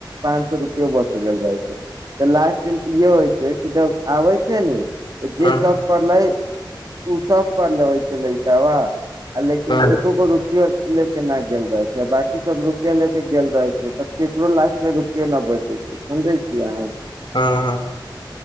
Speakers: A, on the right; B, on the left.
A: पाँच सौ रुपयो बच गेल रहे छै तऽ लास्ट दिन यो होइ छै कि जब आबै छै ने त जे
B: हँ
A: सब पले उस पर ने होइ छै लैका वा आ लेकिन
B: हँ
A: एको गो रुपियो ले के न गेल रह छै बकी सब रुपआ ले के गेल रहे छै तऽ केकरो लास्ट मे रुपया न बचे छै समझै छियै अहाँ
B: हँ हँ